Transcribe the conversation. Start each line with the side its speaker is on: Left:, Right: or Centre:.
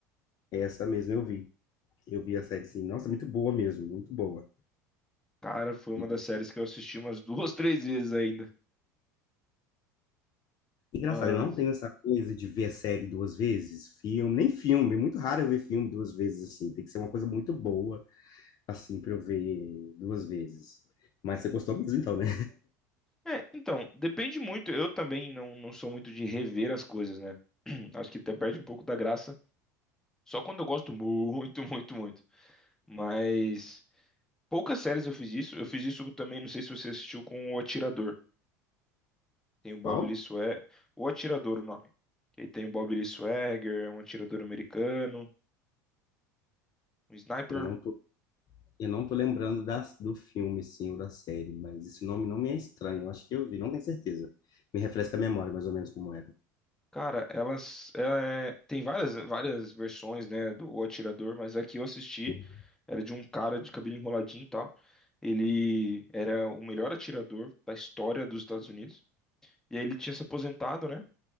Left: É Essa mesmo eu vi. Eu vi a série, sim. Nossa, muito boa mesmo, muito boa.
Centre: Cara, foi uma
Left: E,
Centre: das séries que eu assisti umas duas, <laughs> três vezes ainda.
Left: engraçado,
Centre: Mas.
Left: eu não tenho essa coisa de ver série duas vezes, filme, nem filme. é Muito raro eu ver filme duas vezes, assim. Tem que ser uma coisa muito boa, assim, pra eu ver duas vezes. Mas você gostou mesmo, então, né?
Centre: É, então, depende muito. Eu também não, não sou muito de rever as coisas, né? <clears throat> Acho que até perde um pouco da graça Só quando eu gosto muito, <laughs> muito, muito. Mas poucas séries eu fiz isso. Eu fiz isso também, não sei se você assistiu com O Atirador. Tem o Bob
Left: Qual?
Centre: Lee Swagger. O Atirador, o nome. E tem o Bob Lee Swagger, é um atirador americano, um sniper.
Left: Eu não tô Eu não tô lembrando da, do filme, sim, ou da série, mas esse nome não me é estranho. Eu acho que eu vi, não tenho certeza. Me refresca a memória, mais ou menos, como era.
Centre: Cara, elas é, tem várias várias versões, né, do O Atirador, mas a que eu assisti
Left: Hum.
Centre: era de um cara de cabelo enroladinho e tal. Ele era o melhor atirador da história dos Estados Unidos. E aí ele tinha se aposentado, né?